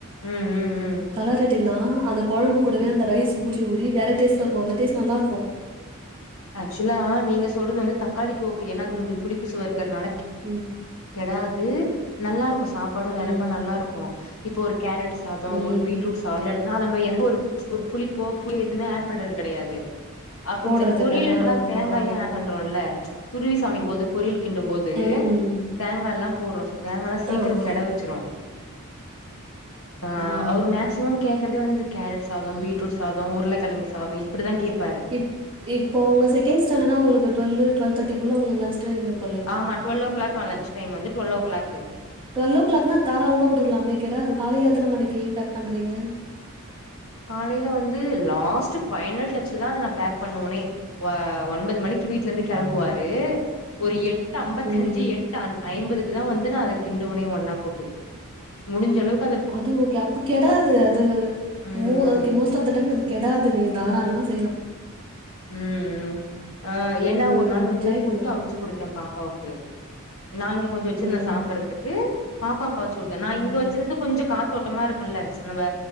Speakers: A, on the left (about 70°); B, on the right (about 25°).
A: ம் ம்
B: கல ட்டினா அந்த கொழம்பு கூடவே
A: ம்
B: அந்த ரைஸ் ஊறி ஊறி வேற டேஸ்ட்லருக்கு அந்த டேஸ்ட் நல்லாருக்கு
A: ஆக்சுவலா நீங்க சொல்றது வந்து தக்காளிக்கி ஓகே ஏன்னா அது
B: ம்
A: கொஞ்சோ புளிப்புசுவ இருக்கறனால
B: ம்
A: கெடாது நல்லா இருக்கு சாப்பாடு
B: ம்
A: வேறப்ப நல்லா இருக்கு இப்ப ஒரு கேரட் சாதோ
B: ம்
A: ஒரு பீட்ரூட் சாதோ இதெல்லா எடுத்துக்கிட்டோன்னா அத நம்ப எந்த ஒரு புளிப்போ புளியோ எதுவுமே ஆட் பண்றது கெடையாது ஆ கொஞ்ச
B: போடுறதில்ல
A: பொரியலுன்றனால
B: ஆமா
A: அது தேங்காயு
B: ஆமா
A: ஆட் பண்றோம்ல்ல துருவி சமைக்கும்போது பொரியல் கிண்டும்போது
B: ம்
A: தேங்காய் எல்லாம் போடுறோம் சோ தேங்காய் எல்லா சீக்கரோ
B: ஆமா
A: கெட வச்சிரு இப்ப
B: ம்
A: அவரு மேக்சிமம் கேக்குறதே வந்து இந்த கேரட் சாதோ பீட் ரூட் சாதோ உருளைக்கெழங்கு சாதோ இப்டிதா கேப்
B: இப் இப்ப உங்க செகண்ட் ஸாண்டர்ட்னா உங்களுக்கு டூவெல் டுவெல் தேர்டிகுள்ள உங்களுக்கு லஞ்ச் டைம் இரு
A: ஆமா டுவெல் ஓ கிளாக்கா லன்ஞ் டைம் வந்து டுவெல் ஓ கிளாக்
B: டுவெல் ஓ கிளாக்னா தாராளமா குடுக்கலாமே கெடாது காலேல எத்தன மணிக்கி பேக் பண்றீங்க
A: காலேல வந்து லாஸ்ட் பைனல் டாச்லதா அத நா பேக் பண்ணுவனே ஒன்பது மணிக் கி வீட்ல இருந்து கெளம்புவாரு ஒரு எட்டு ஐம்பத்தஞ்சி
B: ம்
A: எட்டு ஐம்பதுக்குதா வந்து நா அத கிண்டுவனே ஒன்னா போட்டு முடிஞ்சளவுக்கு
B: அது ஓகே அப்ப கெடாது அது
A: ம்
B: மோ okay
A: ம்
B: most of the time அது கெடாது நீங்க தாராளமா செய்யலா
A: ம் ம் ஆ ஏன்னா
B: ம்
A: ஒரு நாள் வந்து
B: ட்ரை
A: புட்டு
B: பண்ணுங்க.
A: அவிச்சி குடுத்தே பாப்பாவுக்கு நா இங்க கொஞ்சோ வச்சிருந்தே
B: ம்,
A: சாப்ட்றதுக்கு பாப்பாக்கு அவிச்சி குடுத்தே நா
B: ம்,
A: இங்க வச்சிருந்தது கொஞ்சோ காத்தோட்டமா இருக்குல்ல நம்ம